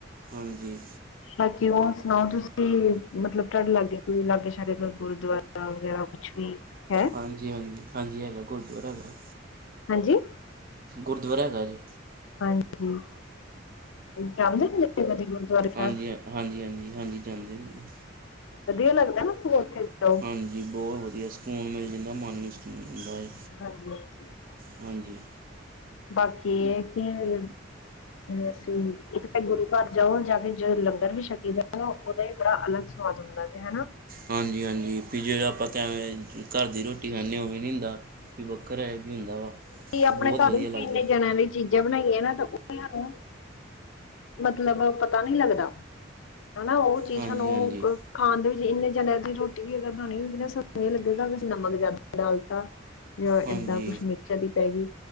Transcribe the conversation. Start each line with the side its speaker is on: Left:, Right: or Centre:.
Right: ਹਾਂਜੀ।
Left: ਆਪਣਾ ਸੁਣਾਓ ਤੁਸੀਂ, ਮਤਲਬ ਤੁਹਾਡੇ ਲਾਗੇ ਕੋਈ ਲਾਗੇ ਸਾਡੇ ਕੋਈ ਗੁਰਦੁਆਰਾ ਹੋ ਗਿਆ। ਕੁੱਛ ਵੀ ਹੈ
Right: ਹਾਂਜੀ- ਹਾਂਜੀ, ਹਾਂਜੀ ਹੈਗਾ ਗੁਰਦੁਆਰਾ ਹੈਗਾ।
Left: ਹਾਂਜੀ?
Right: ਗੁਰਦੁਆਰਾ ਹੈਗਾ ਜੇ।
Left: ਹਾਂਜੀ। ਜਾਣਦੇ ਹੋ ਤੁਸੀਂ ਕਦੀ ਗੁਰਦੁਆਰੇ
Right: ਹਾਂਜੀ
Left: ਸਾਹਿਬ?
Right: ਹਾਂਜੀ ਹਾਂਜੀ ਹਾਂਜੀ ਜਾਂਦੇ ਨੇ
Left: ਵਧੀਆ ਲੱਗਦਾ ਨਾ ਸੋਂ ਉੱਥੇ ਜਾਓ।
Right: ਹਾਂਜੀ ਬਹੁਤ ਵਧੀਆ, ਸਕੂਨ ਮਿਲ ਜਾਂਦਾ, ਮਨ ਨੂੰ ਸਕੂਨ ਹੁੰਦਾ ਹੈ।
Left: ਹਾਂਜੀ- ਹਾਂਜੀ
Right: ਹਾਂਜੀ
Left: ਬਾਕੀ ਇਹ ਕਿ ਮਤਲਬ, ਅਸੀਂ ਇੱਕ ਤਾਂ ਗੁਰੂ ਘਰ ਜਾਓ, ਜਾ ਕੇ ਜਦੋਂ ਲੰਗਰ ਵੀ ਛਕੀ ਦਾ ਉਹਦੇ ਬੜਾ ਅਲੱਗ ਸਵਾਦ ਹੁੰਦਾ ਦੇ, ਹਨਾ।
Right: ਹਾਂਜੀ -ਹਾਂਜੀ ਵੀ ਜਿਹੜਾ ਆਪਾਂ ਕਿਵੇਂ ਘਰ ਦੀ ਰੋਟੀ ਖਾਂਦੇ, ਉਵੇ ਨਹੀਂ ਹੁੰਦਾ। ਵੀ ਬੱਕਰਾ ਇਹ ਵੀ ਹੁੰਦਾ ਵਾ।
Left: ਕੀ ਆਪਣੇ
Right: ਬਹੁਤ
Left: ਘਰ
Right: ਵਧੀਆ
Left: ਵਿੱਚ
Right: ਲੱਗਦਾ
Left: ਇੰਨੇ ਜਣਿਆਂ ਲਈ ਚੀਜ਼ਾਂ ਬਣਾਈਆਂ ਨਾ, ਤਾਂ ਉਹ ਨੂੰ ਮੱਤਲਬ ਪਤਾਂ ਨੀਂ ਲੱਗਦਾ, ਹਨਾ ਉਹ ਚੀਜ਼
Right: ਹਾਂਜੀ
Left: ਹਾਨੂੰ।
Right: ਹਾਂਜੀ
Left: ਖਾਣ ਦੇ ਵਿੱਚ ਇੰਨੇਂ ਜਾਣਿਆ ਦੀ ਰੋਟੀ ਵੀ ਅਗਰ ਬਣਾਉਣੀ ਹੋਉਗੀ, ਸਾਂਨੂੰ ਇਹ ਲੱਗੂਗਾ ਵੀ ਅਸੀਂ ਨਮਕ ਜ਼ਿਆਦਾ ਡਾਲਤਾ। ਜਾਂ
Right: ਹਾਂਜੀ
Left: ਏਦਾਂ ਕੁੱਛ ਮਿਰਚਾ ਦੀ ਪੈਗੀ,